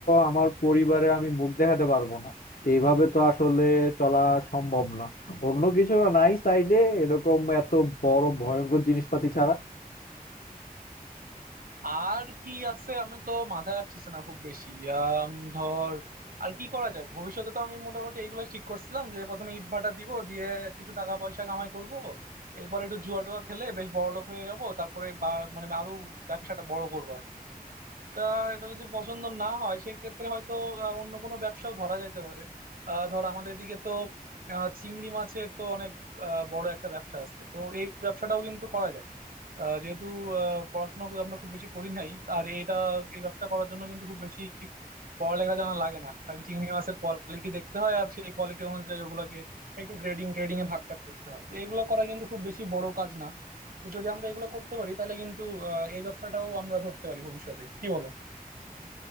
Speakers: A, on the left; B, on the right.
A: আমার পরিবারে আমি মুখ দেখাতে পারবো না তো এইভাবে তো আসলে চলা সম্ভব না অন্য কিছু নাই সাইডে এরকম এত বড় ভয়ঙ্কর জিনিসপাতি ছাড়া
B: আর কি আছে আমি তো মাথায় আসতেছে না খুব বেশি আম, ধর আর কি করা যায় ভবিষ্যতে তো আমি মোটামুটি এইগুলো ঠিক করছিলাম যে প্রথমে ইট ভাটা দিব দিয়ে কিছু টাকা পয়সা কামাই করব এরপর একটু জুয়া টুয়া খেলে বেশ বড়লোক হয়ে যাব তারপরে বা- মানে আরো ব্যবসাটা বড় করবো আর কি তা এটা যদি পছন্দ না হয় সেক্ষেত্রে হয়তো আহ, অন্য কোনো ব্যবসাও ধরা যাইতে পারে আহ, ধর আমাদের দিকে তো আহ, চিংড়ি মাছের তো অনেক আহ, বড় একটা ব্যবসা আছে তো এই ব্যবসাটাও কিন্তু করা যায় আহ, যেহেতু আহ, পড়াশোনা খুব- আমরা খুব বেশি করি নাই আর এটা এই ব্যবসা করার জন্য কিন্তু খুব বেশি পড়ালেখা জানা লাগে না খালি চিংড়ি মাছের কোয়ালিটি দেখতে হয় আর সেই কোয়ালিটি অনুযায়ী ওগুলোকে একটু গ্রেডিং ট্রেডিং এ ভাগ টাগ করতে হয় তো এগুলো করা কিন্তু খুব বেশি বড় কাজ না তো যদি আমরা এগুলো করতে পারি তাহলে কিন্তু আহ, এই ব্যবসাটাও আমরা ধরতে পারি ভবিষ্যতে কি বলো